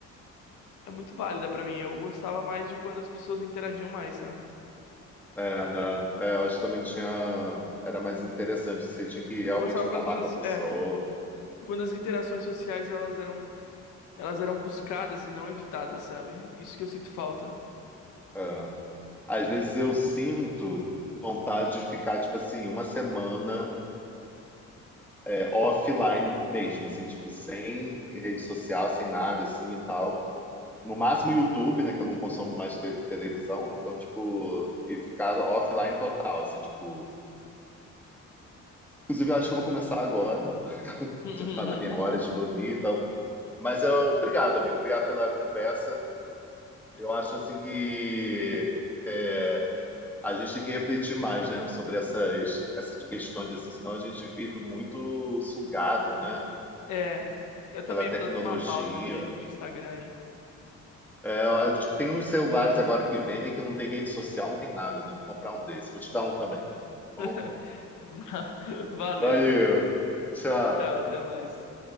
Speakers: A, on the left; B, in the centre.
A: é muito válida pra mim. Eu gostava mais de quando as pessoas interagiam mais, sabe?
B: É, né? É, eu acho que também tinha. Era mais interessante, você tinha que realmente
A: Eu gostava quando
B: falar
A: as pessoas,
B: com a pessoa.
A: é, quando as interações sociais elas eram, elas eram buscadas e não evitadas, sabe? Isso que eu sinto falta.
B: É. Às vezes eu sinto vontade de ficar, tipo assim, uma semana é, offline mesmo, assim, tipo, sem rede social, sem nada, assim e tal. No máximo YouTube, né, que eu não consumo mais te- televisão, então, tipo, e ficar offline total, assim, tipo. Inclusive, eu acho que eu vou começar agora,
A: <laughs>
B: já tá na minha hora de dormir, então Mas eu, obrigado, amigo. Obrigado pela conversa. Eu acho assim que é, a gente tem que refletir mais, né, sobre essas, essas questões, assim, senão a gente vive muito sugado, né,
A: É, eu também
B: pela tecnologia.
A: vou dando uma pausa de, de Instagram aí.
B: É, eu acho que tem uns celulares agora que vendem que não tem rede social, não tem nada, né? Vou comprar um desses. Vou te dar um também. tá Bom,
A: <laughs> Va- Valeu,
B: valeu. Tchau.
A: tchau, até mais.